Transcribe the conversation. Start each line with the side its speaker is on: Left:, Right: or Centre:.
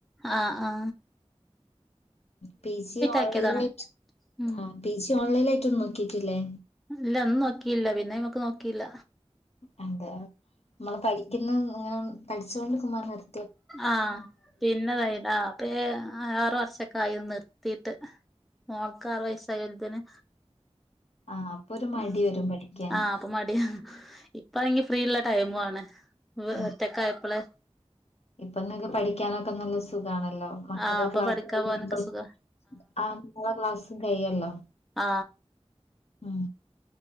Centre: ആ ആ
Left: പി ജി ഓൺലൈൻ
Centre: ആക്കിയതാണ്
Left: ആയിട്ട്
Centre: ഉം
Left: ആ പി ജി ഓൺലൈൻ ആയിട്ട് ഒന്നും നോക്കിട്ടില്ലേ
Centre: ഇല്ല ഒന്നും നോക്കിയില്ല പിന്നയ്മ്മക്ക് നോക്കിയില്ല
Left: അതെ നമ്മള് പഠിക്കുന്ന ഇങ്ങനെ പഠിച്ചോണ്ട് <unintelligible>
Centre: ആ പിന്നെതായിടാ അപ്പേ ആ ആറ് വർഷൊക്കെ ആയി നിർത്തിട്ട് മോൾക്ക് ആറു വയസായലത്തേന്
Left: ആഹ് അപ്പൊ ഒരു മടി
Centre: ഉം
Left: വരും പഠിക്കാന്
Centre: ആ അപ്പ മടി ഇപ്പാങ്കി ഫ്രീള്ള ടൈമ ആണ്
Left: ഉം
Centre: ഒറ്റക്കായപ്പോള
Left: ഇപ്പൊ നിങ്ങക്ക് പഠിക്കാനൊക്കെ നല്ല സുഖണ് മക്കള്
Centre: ആഹ് അപ്പൊ
Left: ക്ലാ
Centre: പഠിക്കാൻ
Left: കഴ
Centre: പോവാനൊക്കെ സുഖാ
Left: ആ ന ക്ലാസ്സും കഴല്ലോ
Centre: ആ
Left: ഉം